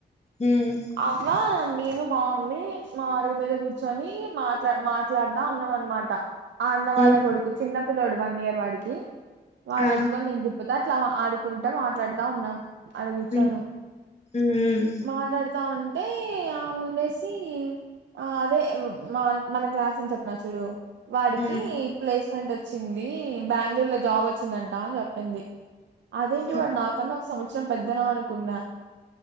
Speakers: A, on the left (about 35°); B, on the right (about 80°).
A: హ్మ్.
B: అవ్వా నేను మా మమ్మీ మా అరువు మీద కూర్చొని మాట్లా మాట్లాడదా ఉన్నాం అనమాట ఆ అన్న
A: హ్మ్.
B: వాళ్ళ కొడుకు చిన్న పిల్లోడు వన్ ఇయర్ వాడికి వాని
A: ఆ!
B: ఎత్తుకొని నేను తిప్పుతా పోతే అట్లా ఆడుకుంటా మాట్లాడుతా ఉన్నాం ఆడ కూచొని
A: హ్మ్. హ్మ్.
B: మాట్లాడు అంటే ఆ ముండేసి ఆ అదే మన క్లాస్ అని చెప్పిన చూడు వాడికి
A: హ్మ్.
B: ప్లేస్మెంట్ ంట్ వచ్చింది బ్యాంగ్ళూరు లో జాబ్ వచ్చిందంట అని చెప్పింది అదేంటి
A: హ్మ్.
B: వాడు నాకన్నా సంవత్సరం పెద్దనా అనుకున్నా